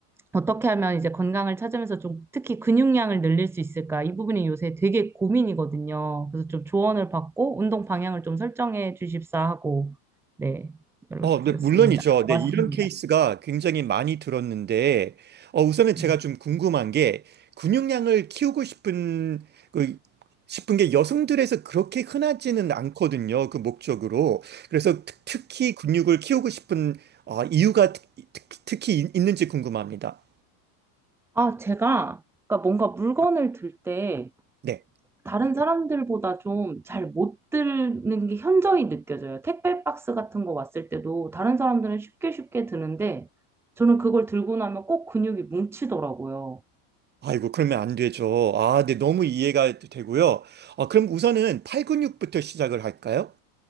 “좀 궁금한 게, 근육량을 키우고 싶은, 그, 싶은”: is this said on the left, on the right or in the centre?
Right